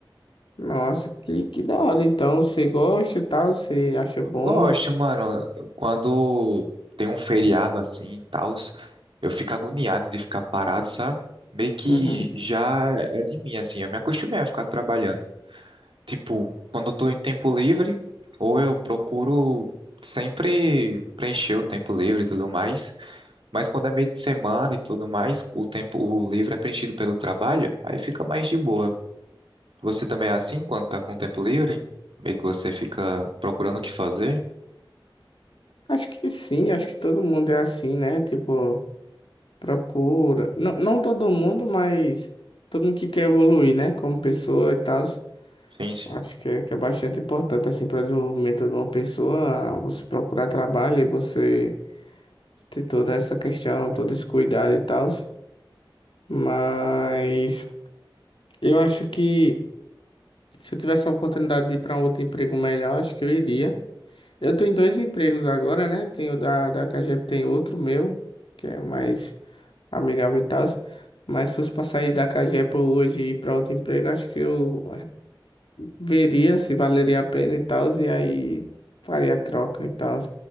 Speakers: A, on the left (about 75°); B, on the right (about 75°).
A: nossa, que, que da hora. Então você gosta e tal, você acha
B: Eu
A: bom?
B: gosto, mano, quando tem um feriado assim e tal, eu fico agoniado de ficar parado, sabe? Meio que
A: Uhum.
B: já é de mim, assim, eu me acostumei a ficar trabalhando. Tipo, quando eu tô em tempo livre, ou eu procuro sempre preencher o tempo livre e tudo mais. Mas quando é meio de semana e tudo mais, o tempo, o livre é preenchido pelo trabalho, aí fica mais de boa. Você também é assim quando tá com o tempo livre? Meio que você fica procurando o que fazer?
A: Acho que sim, acho que todo mundo é assim, né? Tipo, procura. Não, não todo mundo, mas todo mundo que quer evoluir, né? Como pessoa e tal.
B: Sim, sim.
A: Acho que é, que é bastante importante, assim, para o desenvolvimento de uma pessoa, você procurar trabalho e você ter toda essa questão, todo esse cuidado e tal. Mas eu acho que se eu tivesse a oportunidade de ir para um outro emprego melhor, acho que eu iria. Eu tô em dois empregos agora, né? Tem o da, da Cagep, tem outro meu, que é mais amigável e tal. Mas se fosse para sair da Cagep hoje e ir para outro emprego, acho que eu veria se valeria a pena e tal, e aí faria a troca e tal.